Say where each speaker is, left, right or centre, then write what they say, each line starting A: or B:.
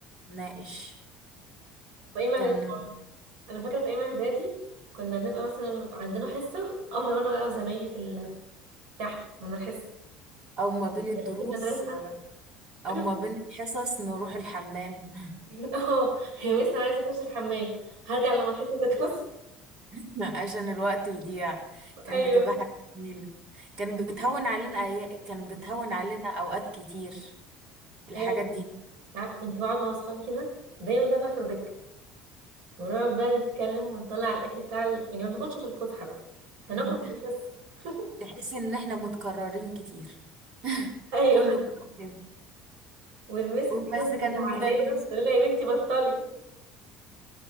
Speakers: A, on the right (about 45°); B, on the right (about 65°).
A: نناقش
B: في ايام اعدادي
A: كان
B: برضه انا فاكره في ايام اعدادي كنا بنبقى مثلا عندنا حصه اهرب انا بقى وزمايلي في ال... تحت من الحصه
A: او ما بين الدروس
B: في المدرسه
A: او
B: <clears throat>
A: ما بين الحصص نروح الحمام
B: <laughs> اه هي لسه عايزه اخش الحمام هرجع لما الحصه تخلص
A: <laughs> عشان الوقت يضيع
B: <laughs>
A: كان
B: ايوه
A: بتبقى حاجة جميلة كان بتهون علينا أي... كان بتهون علينا اوقات كتير الحاجات
B: ايوه بجد.
A: دي
B: عارف كنت بقعد مع اصحابي كده دايما بقى في اخر دكه ونقعد بقى نتكلم ونطلع الاكل بتاع ال... يعني ما بناكلش في الفسحه بقى هناكل
A: <laughs>
B: في الحصه <laughs>
A: تحس ان احنا متكررين كتير <laughs>
B: ايوه
A: كله بيعمل كده
B: والمس كده
A: بس كان
B: بتزعق
A: المدرس
B: لنا بتقول لها يا بنتي بطلي